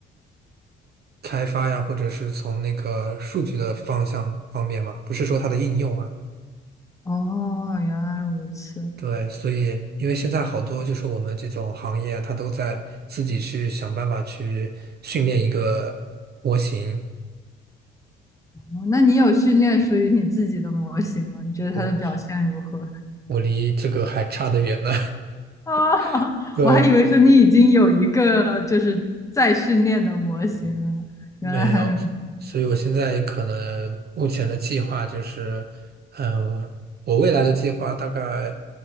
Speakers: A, on the right; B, on the left.
A: 开发呀，或者是从那个数据的方向方面嘛，不是说它的应用啊。
B: 哦，原来如此。
A: 对，所以因为现在好多就是我们这种行业啊，它都在自己去想办法去训练一个模型，
B: 哦那你有训练属于你自己的模型吗？你觉得它的表现如何？
A: 我我离这个还差得远呢。
B: 啊，<laughs>
A: <laughs> 对。
B: 我还以为说你已经有一个就是在训练的模型了，
A: 没有，
B: 原来还没。
A: 所以我现在可能目前的计划就是，嗯，我未来的计划大概